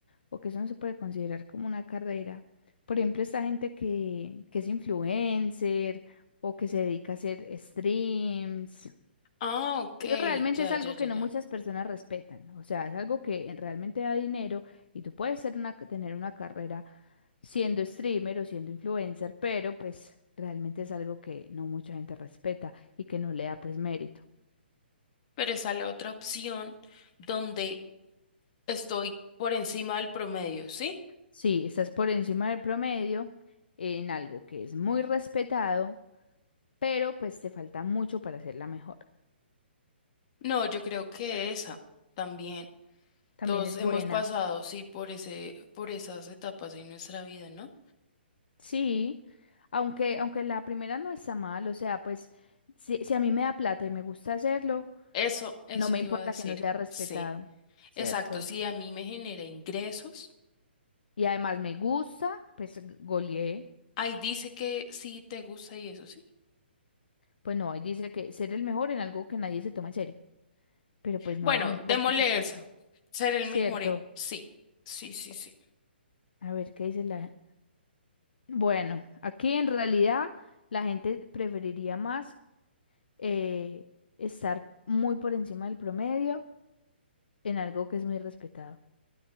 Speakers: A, on the left (about 60°); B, on the left (about 35°).
A: o que eso no se puede considerar como una carrera, por ejemplo, esta gente que, que es influencer o que se dedica a hacer streams,
B: Ah, ok,
A: eso realmente
B: ya,
A: es algo
B: ya,
A: que
B: ya,
A: no
B: ya.
A: muchas personas respetan. O sea, es algo que realmente da dinero y tú puedes ser una, tener una carrera siendo streamer o siendo influencer, pero pues realmente es algo que no mucha gente respeta y que no le da pues mérito.
B: Pero esa es la otra opción donde Estoy por encima del promedio, ¿sí?
A: Sí, estás por encima del promedio en algo que es muy respetado, pero pues te falta mucho para hacerla mejor.
B: No, yo creo que esa también.
A: También
B: Todos
A: es
B: hemos
A: buena.
B: pasado, sí, por ese, por esas etapas en nuestra vida, ¿no?
A: Sí, aunque, aunque la primera no está mal, o sea, pues si, si a mí me da plata y me gusta hacerlo,
B: Eso, eso
A: no me
B: iba
A: importa
B: a decir.
A: que no sea respetado,
B: Sí,
A: ¿cierto?
B: exacto. Sí, a mí me genera ingresos.
A: Y además me gusta, pues goleé.
B: Ahí dice que sí te gusta y eso, sí.
A: Pues no, ahí dice que ser el mejor en algo que nadie se toma en serio. Pero pues
B: Bueno,
A: no, no importa
B: démosle
A: si no se
B: esa.
A: lo toma.
B: Ser el
A: ¿Cierto?
B: mejor en- Sí, sí, sí, sí.
A: A ver, ¿qué dice la, Bueno, aquí en realidad la gente preferiría más eh, estar muy por encima del promedio en algo que es muy respetado.